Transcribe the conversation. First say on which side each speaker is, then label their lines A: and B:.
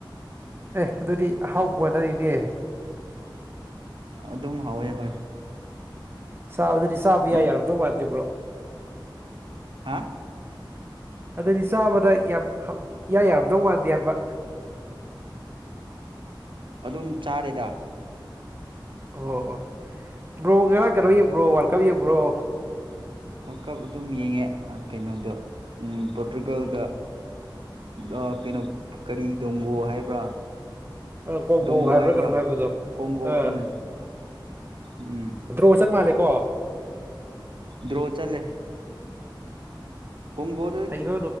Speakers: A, on the right; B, on the right.
A: ꯑꯦ ꯑꯗꯨꯗꯤ ꯍꯥꯎꯕꯅꯔꯤꯅꯦ
B: ꯑꯗꯨꯝ ꯍꯥꯎꯋꯦ ꯍꯣꯏ
A: ꯁꯥꯕꯗꯗꯤ ꯁꯥꯕ
B: ꯅꯪ
A: ꯌꯥꯏ ꯌꯥꯔꯝꯗꯧ ꯋꯥꯗꯦꯕ꯭ꯔꯣ
B: ꯍꯥ
A: ꯑꯗꯨꯗꯤ ꯆꯥꯕꯗ ꯌꯥꯝ ꯏꯌꯥ ꯌꯥꯔꯝꯗꯧ ꯃꯥꯟꯗꯦ ꯍꯥꯏꯕ
B: ꯑꯗꯨꯝ ꯆꯥꯔꯦꯗ
A: ꯑꯣ ꯭ꯔꯣ ꯀꯒ꯭ꯔꯣꯏ
B: ꯎꯝ
A: ꯭ꯔꯣ ꯋꯥ ꯀꯕ ꯌꯦꯛꯕ꯭ꯔꯣ
B: ꯋꯥꯔ ꯀꯞ ꯑꯗꯨꯝ ꯌꯦꯡꯉꯦ ꯀꯩꯅꯣꯗꯣ ꯄꯣꯔꯇꯨꯒꯥꯜꯗ ꯑ ꯀꯩꯅꯣ ꯀꯔꯤ ꯗꯣꯡꯒꯣ ꯍꯥꯏꯕ꯭ꯔꯥ
A: ꯑ ꯀꯣꯡꯒꯣ
B: ꯗꯣꯡꯒꯣ ꯍꯥꯏꯕ꯭ꯔꯥ
A: ꯀꯩꯅꯣꯝ ꯍꯥꯏꯕꯗꯣ
B: ꯀꯣꯡꯒꯣ
A: ꯑꯥ
B: ꯎꯝ ꯎꯝ
A: ꯗ꯭ꯔꯣ ꯆꯠ ꯃꯥꯜꯂꯦꯀꯣ
B: ꯗ꯭ꯔꯣꯆꯥꯂꯦ ꯀꯣꯡꯒꯣꯗ
A: ꯍꯩꯕ